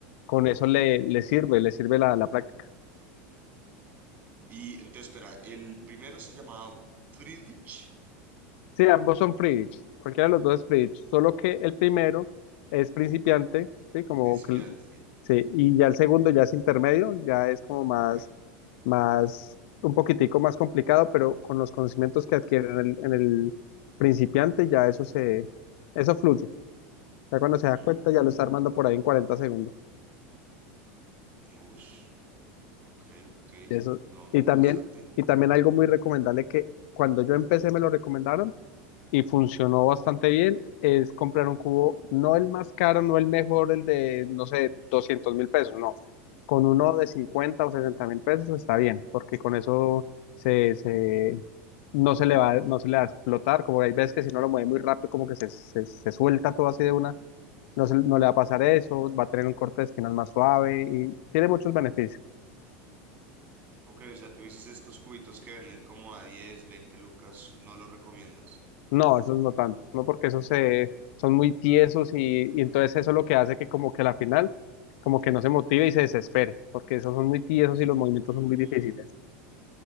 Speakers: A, on the left; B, on the right.
A: con eso le, le sirve, le sirve la la práctica.
B: Y entonces, espera, el primero se llamaba Friedrich,
A: Sí, ambos son free ditch. Cualquiera de los dos es free ditch. Solo que el primero es principiante, ¿sí? Como
B: principiante.
A: que,
B: y el-
A: sí, y ya el segundo ya es intermedio, ya es como más,
B: Ok.
A: más, un poquitico más complicado, pero con los conocimientos que adquiere en el, en el principiante ya eso se, eso fluye. Ya cuando se da
B: Mm,
A: cuenta ya lo está armando por ahí en 40 segundos.
B: ush, ok, ok.
A: Y eso,
B: No, interesante.
A: y también, y también algo muy recomendable que cuando yo empecé me lo recomendaron y funcionó bastante bien es comprar un cubo, no el más caro, no el mejor, el de, no sé, doscientos mil pesos, no. Con uno de cincuenta o sesenta mil pesos está bien, porque con eso se, se, no se le va, no se le va a explotar, como hay veces que si no lo mueve muy rápido, como que se, se, se suelta todo así de una, no, se- no le va a pasar eso, va a tener un corte de esquinas más suave y tiene muchos beneficios.
B: Ok, o sea, tú dices estos cubitos que venden como a 10 20 lucas, no los recomiendas.
A: No, esos no tanto, no porque esos se, son muy tiesos y, y entonces eso es lo que hace que como que la final como que no se motive y se desespere, porque esos son muy tiesos y los movimientos
B: Mm,
A: son muy difíciles.